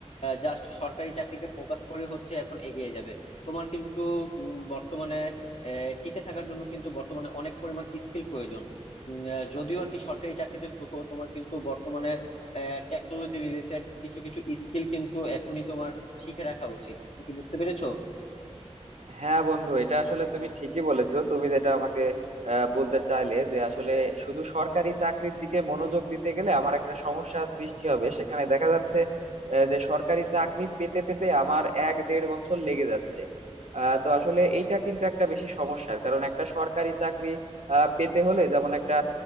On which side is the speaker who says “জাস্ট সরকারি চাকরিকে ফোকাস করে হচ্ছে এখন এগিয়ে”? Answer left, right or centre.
Left